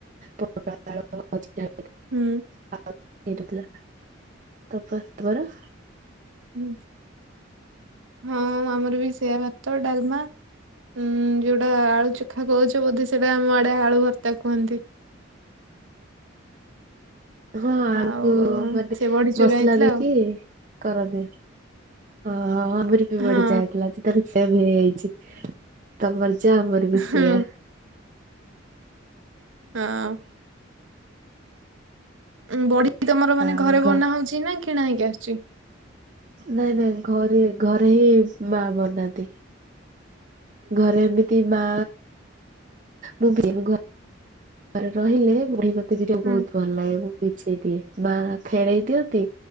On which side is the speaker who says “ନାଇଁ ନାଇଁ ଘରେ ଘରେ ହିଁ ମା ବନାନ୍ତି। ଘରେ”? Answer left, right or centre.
Right